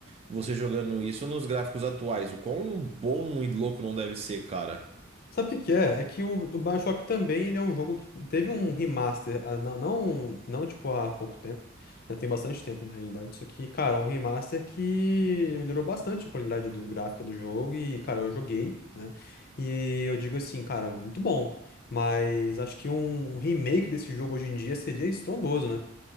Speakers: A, on the right (about 30°); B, on the left (about 50°).
A: você jogando isso nos gráficos atuais. O quão bom e louco não deve ser, cara.
B: Sabe o que que é? É que o, o BioShock também ele é um jogo que teve um remaster, ah, não, não, não tipo há pouco tempo, já tem bastante tempo na realidade, só que, cara, é um remaster que melhorou bastante a qualidade do gráfico do jogo e, cara, eu joguei, né? E eu digo assim, cara, muito bom, mas acho que um um remake desse jogo hoje em dia seria estrondoso, né?